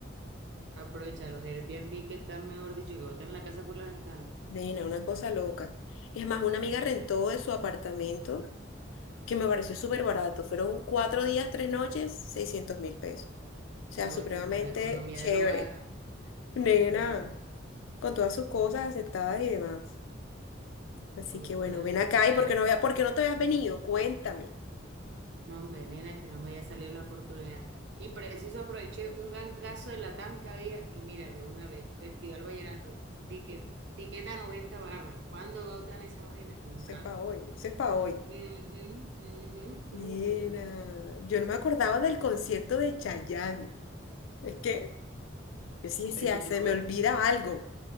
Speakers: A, on the right; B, on the left.
A: Aprovecha los Airbnb que están, mejor dicho, que botan la casa por la ventana.
B: Nena, una cosa loca. Es más, una amiga rentó de su apartamento que me pareció súper barato. Fueron cuatro días, tres noches, seiscientos mil pesos. O sea,
A: No,
B: supremamente
A: chutar la economía
B: chévere.
A: del hogar.
B: Nena,
A: Ujú,
B: con todas sus cosas aceptadas y demás. Así
A: Total,
B: que bueno, ven acá
A: total.
B: y porque no vea, porque no te habías venido, cuéntame.
A: No, hombre, nena, que no me haya salido la oportunidad. Y preciso aproveché un gangazo de la que había y mira, de una vez, Festival Vallenato, tiquete- tiqueta 90 barras. ¿Cuándo botan
B: Mm.
A: esa vaina? Nunca.
B: Eso es para hoy, eso es para hoy.
A: Ujú, ujú,
B: Nena,
A: ujú.
B: yo no me acordaba del concierto de Chayanne. Es que yo sí decía,
A: Pero es que tú
B: se
A: no...
B: me olvida algo.